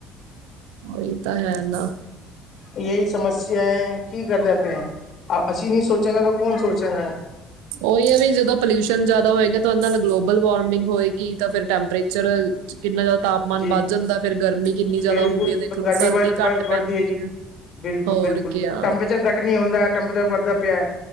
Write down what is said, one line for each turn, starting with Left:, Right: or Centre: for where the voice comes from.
Right: ਔਈ ਤਾਂ ਹੈ ਨਾ
Left: ਯਈ ਸਮੱਸਿਆ ਹੈ ਕੀ ਕਰਦਾ ਪਯੈ ਅਸੀਂ ਨਹੀਂ ਸੋਚੇਗਾ ਕਿ ਕੌਣ ਸੋਚਾ ਗਾ। <inaudible>
Right: ਔਈ ਹੈ ਵੀ ਜਦੋਂ ਪੋਲਿਊਸ਼ਨ ਜਾਦਾ ਹੋਏਗਾ ਤਾਂ ਔਦੇ ਨਾਲ ਗਲੋਬਲ ਵਾਰਮਿੰਗ ਹੋਏਗੀ ਤਾਂ ਫਿਰ ਟੈਂਪਰੇਚਰ ਅ ਕਿੰਨਾ ਜਾਦਾ ਤਾਪਮਾਨ
Left: ਜੀ
Right: ਵੱਧ ਜਾਂਦਾ ਫੇਰ ਗਰਮੀ ਕਿੰਨੀ ਜ਼ਿਆਦਾ
Left: ਬਿਲਕੁਲ
Right: ਹੁੰਦੀ ਹੈ ਦੇਖ ਲੋ
Left: ਗਰਮੀ
Right: ਸਰਦੀ
Left: ਵਰਦੀ
Right: ਘੱਟ ਪੈਂਦੀ
Left: ਜੀ
Right: ਹੈ।
Left: ਬਿਲਕੁਲ-
Right: ਹੋਰ
Left: ਬਿਲਕੁਲ
Right: ਕਿਆ
Left: ਟੈਂਪੇਚਰ ਗਟ ਨੀ ਹੁੰਦੈ। ਟੈਂਪਰੇਚਰ ਵਰਦਾ ਪਿਐ।